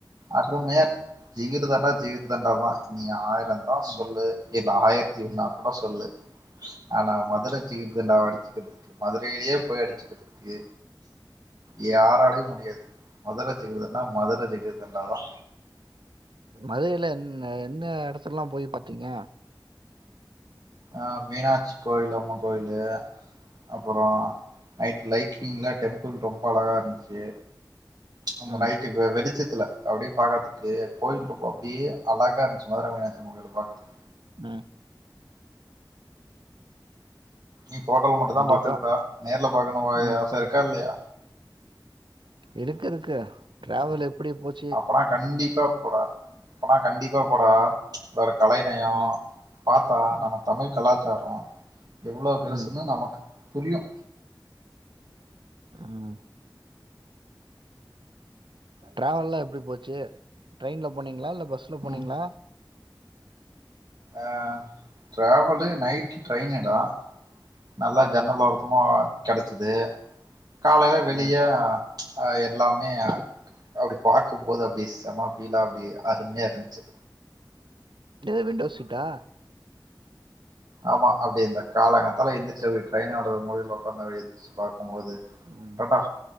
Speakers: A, on the right; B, on the right.
A: அருமையா இருந்துது ஜிகிர்தண்டா ஜிகிர்தண்டா தா நீ ஆயிரந்தா சொல்லு
B: ம்
A: இல்ல ஆயிரத்தி ஒன்னாக் கூட சொல்லு ஆனா மதுர ஜிகிர்தண்டாவ அடிச்சுக்கறதுக்கு மதுரையிலேயே போய் அடிச்சுக்கறதுக்கு யாராலையு முடியாது மதுர ஜிகிர்தண்டா மதுர ஜிகிர்தண்டா தா
B: மதுரையில என் என்ன எடத்துலல்லா போய் பாத்தீங்க
A: ஆ மீனாட்சி கோயில் அம்மங் கோயிலு அப்பறோ நைட்டு லைட்லிங்ல டெம்பிள் ரொம்ப அழகா இருந்துச்சு அந்த
B: ம்
A: நைட்டு வெ வெளிச்சத்தில அப்டியே பாக்கறதுக்கு கோயில் ரொம்ப அப்டியே அழகா இருந்துச்சு மதுர மீனாச்சி அம்மங் கோயிலு பாக்கறதுக்கு
B: ம்
A: நீ ஃபோட்டோல மட்டுந்தா
B: கண்டிப்பா
A: பாத்துருப்ப நேர்ல பாக்கணு ஒ ஏ
B: ம்
A: ஆச இருக்கா இல்லையா
B: இருக்கு இருக்கு டிராவல் எப்டி போச்
A: அப்பனா கண்டிப்பா போடா அப்பனா கண்டிப்பா போடா வர கலை நயோ
B: ம்
A: பாத்தா
B: ம்
A: நம்ம தமிழ் கலாச்சாரோ எவ்ளோ பெருசுன்னு
B: ம்
A: நமக்கு புரியு
B: ம் ட்ராவல்லா எப்டி போச்சு ட்ரெயின்ல போனீங்களா இல்ல பஸ்ஸுல போனீங்களா
A: ம் ஆ ட்ராவலு நைட்டு ட்ரெயின்னு டா நல்லா
B: ம்
A: ஜன்னலோரத்தமா கெடைச்சிது காலைல வெளிய
B: ம்
A: அ எல்லாமே அப்டி பாக்கும்போது அப்டி செம ஃபீலா அப்டி அருமையா இருந்துச்சு
B: எது விண்டோ சீட்டா
A: ஆமா அப்டி இந்த கால காத்தால எந்திருச்சு அப்டியே ட்ரான்னோட மூலைல உக்காந்து அப்டியே இந்த பாக்குமோது
B: ம்
A: டாடா